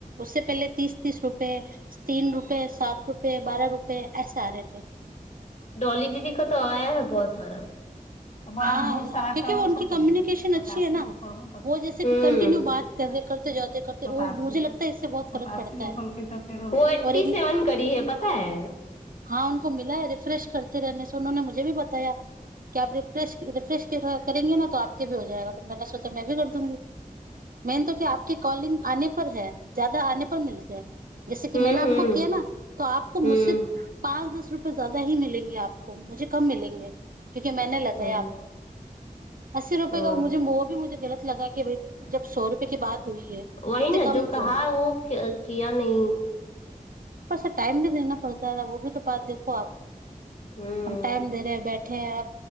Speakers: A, on the right; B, on the left.
A: उससे पहले तीस तीस रुपए तीन रुपए सात रुप बारह रूपय ऐसे आ रहे थे
B: डॉली दीदी का तऽ आया है बहुत सारा बड़ा
A: हाँ
B: बहुत सारा
A: क्योंकि
B: तऽ करबो
A: वो उनकी
B: तऽ कयलकै
A: कम्युनिकेशन
B: पचासी
A: अच्छी है ना
B: गो करबो तऽ
A: वो जैसे
B: कयलकै
A: कि कंटिन्यू
B: ह सत्तासी
A: बात कर रहे करते
B: गो
A: जाते
B: सत्तासी
A: करते वो मुझे
B: गो
A: लगता है इससे बहुत फर्क
B: सत्तासी
A: पड़ता
B: गो
A: है
B: कयलकै तऽ फेरो ओ एटीसेवेन
A: और एक
B: की है पत्ता है
A: हाँ उनको मिला है रिफ्रेश करते रहने से उनहोने मुझे भी बताया कि आप रिफ्रे रिफ्रेश करेंगे न आपके भी हो जायगा सोचा मैं भी कर दूंगी मैन तो क्या है आपके कॉलिंग आने पर है ज्यादा आने पर नही जैसे कि
B: हम्म
A: मैने आपको
B: हम्म
A: किया न तो आपको मुझसे
B: हम्म
A: पाँच दस रुपए ज्यादा ही मिलेंगे आपको मुझे कम मिलेंगे क्योंकि मैने गए
B: हम्म
A: आपको अस्सी रुपए
B: हम्म
A: का वो भी मुझे गलत लगा कि भाई जब सौ रुपए का बात हुई है
B: वही
A: तो
B: ना
A: कम
B: जो
A: क्यों
B: कहा वो कि- किया नहीं
A: ऊपर से टाइम भी देना पड़ता वो भी तो बात देखो आप
B: हम्म
A: हम टाइम दे रहे है बैठ बैठे हैं